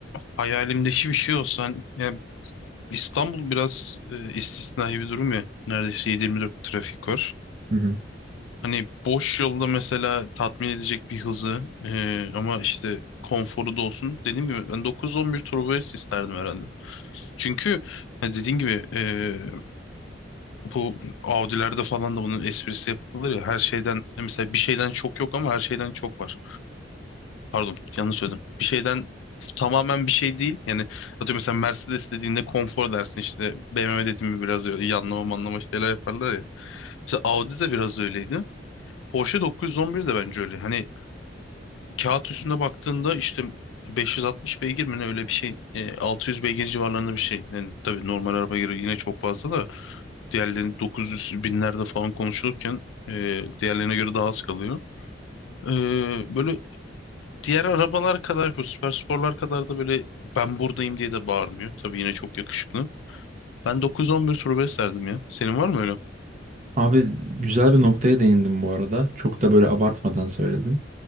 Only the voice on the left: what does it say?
hayalimdeki bir şey olsa hani- yani İstanbul biraz e, istisnai bir durum ya. Neredeyse 7-24 trafik var.
Hani boş yolda mesela tatmin edecek bir hızı e, ama işte konforu da olsun. Dediğim gibi ben 9-11 turbo S isterdim herhalde. Çünkü Ha, Dediğin gibi e, Bu Audi'lerde falan da bunun esprisi yapılır ya. Her şeyden mesela bir şeyden çok yok ama her şeyden çok var. Pardon, yanlış söyledim. Bir şeyden tamamen bir şey değil. Yani atıyorum mesela Mercedes dediğinde konfor dersin işte. BMW dediğinde biraz öyle yanlama manlama şeyler yaparlar ya. Mesela Audi de biraz öyleydi. Porsche 911 de bence öyle. Hani kağıt üstünde baktığında işte 560 beygir mi ne öyle bir şey. E, 600 beygir civarlarında bir şey. Yani tabii normal araba göre yine çok fazla da. Diğerlerini 900 binlerde falan konuşulurken e, diğerlerine göre daha az kalıyor. E, böyle diğer arabalar kadar bu süper sporlar kadar da böyle ben buradayım diye de bağırmıyor. Tabii yine çok yakışıklı. Ben 911 turbo S derdim ya. Senin var mı öyle?